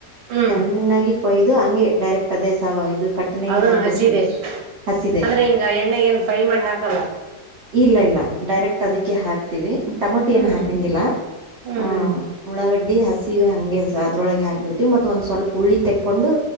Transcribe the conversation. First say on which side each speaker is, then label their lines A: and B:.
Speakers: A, on the right; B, on the right.
A: ಹ್ಮ್
B: ಸಣ್ಣಾಗಿ ಕೊಯ್ದು ಹಂಗೆ ಡೈರೆಕ್ಟ್ ಅದೇ ಸಾವ ಇದು. ಕಟ್ಟನ್ಯಾಗೆ
A: ಅದನ್ನು
B: ಹಾಕ್ಬಿಡ್ತೇವೆ
A: ಹಸಿದೆ
B: ಹಸಿದೆ.
A: ಅಂದ್ರೆ ಹಿಂಗ ಎಣ್ಣೆಗ ಏನ್ ಫ್ರೈ ಮಾಡಿ ಹಾಕಲ್ಲ
B: ಇಲ್ಲ ಇಲ್ಲ ಡೈರೆಕ್ಟ್ ಅದಕ್ಕೆ ಹಾಕ್ತಿವಿ. ಟಮಟ
A: ಹ್ಮ್
B: ಏನ ಹಾಕಂಗಿಲ್ಲ
A: ಹ್ಮ್
B: ಅ ಉಳ್ಳಾಗ ಡ್ಡಿ ಹಸಿವೆ ಹಂಗೆ ಅದರೊಳಗೆ ಹಾಕಿಬಿಡ್ತೀವಿ ಮತ್ತೆ ಒಂದು ಸ್ವಲ್ಪ ಹುರಳಿ ತೆಕ್ಕೊಂಡು